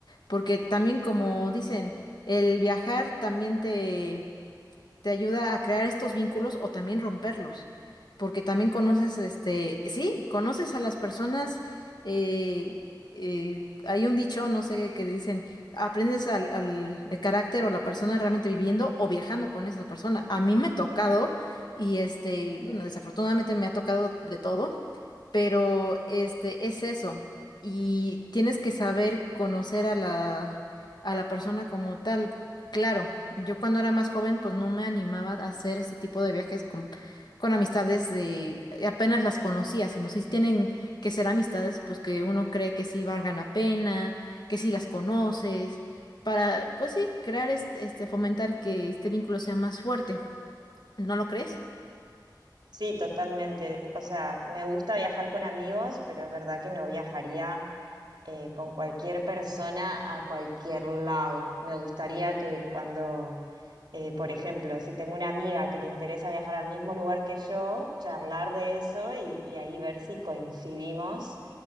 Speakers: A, on the left; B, on the right.
A: porque también como dicen, el viajar también te, te ayuda a crear estos vínculos o también romperlos, porque también conoces, este, sí, conoces a las personas, eh, eh, hay un dicho, no sé, que dicen, aprendes al, al- el carácter o la persona realmente viviendo o viajando con esa persona. A mí me ha tocado, y este, bueno, desafortunadamente me ha tocado de todo, pero este, es eso, y tienes que saber conocer a la... a la persona como tal, Claro, yo cuando era más joven, pues no me animaba a hacer este tipo de viajes con, con amistades de eh, apenas las conocía, sino si tienen que ser amistades, pues que uno cree que sí valgan la pena, que sí las conoces, para, pues sí, crear este, este fomentar que este vínculo sea más fuerte. ¿No lo crees?
B: Sí, totalmente. O sea, me gusta viajar con amigos, pero es verdad que no viajaría eh, con cualquier persona a cualquier lado. Me gustaría que cuando Eh, por ejemplo, si tengo una amiga que le interesa viajar al mismo lugar que yo, charlar de eso y, y ahí ver si coincidimos